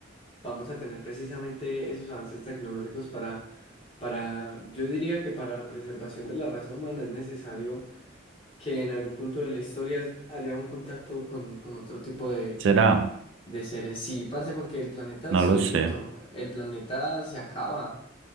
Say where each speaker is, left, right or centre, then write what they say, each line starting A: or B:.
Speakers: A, on the left; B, on the right.
A: vamos a tener precisamente esos avances tecnológicos para, para, yo diría que para la preservación de la raza humana es necesario que en algún punto de la historia haya un contacto con, con otro tipo de,
B: ¿Será?
A: de seres. Sí, parce, porque el planeta es
B: No lo
A: finito,
B: sé.
A: el planeta se acaba.